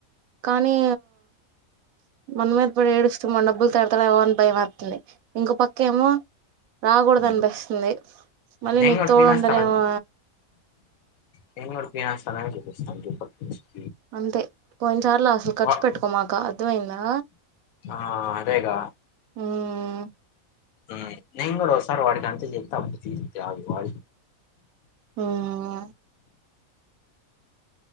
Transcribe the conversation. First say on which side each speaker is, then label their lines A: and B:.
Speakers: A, on the right; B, on the left.
A: కానీ మన మీద పడు ఏడుస్తు మన డబ్బులు తెడతాడేమో అని భయమేత్తుంది ఇంకో పక్కేమో రాకూడదు
B: ఉమ్
A: అనిపిస్తుంది మళ్ళీ
B: నేను
A: నీకు
B: కూడా
A: తోడు
B: పీనేస్తానని
A: ఉండరేమో
B: నేను గూడా తినేస్తానని <unintelligible>
A: అంతే పోయినసార్లు అసలు ఖర్చు
B: వా-
A: పెట్టుకోమాక అర్ధమయిందా
B: ఆ అదేగా
A: మ్మ్
B: మ్మ్ నేనే గూడా ఒకసారి వాడికంతే చేప్తా అప్పుడు తీరిద్ది ఆగు వా
A: మ్మ్హ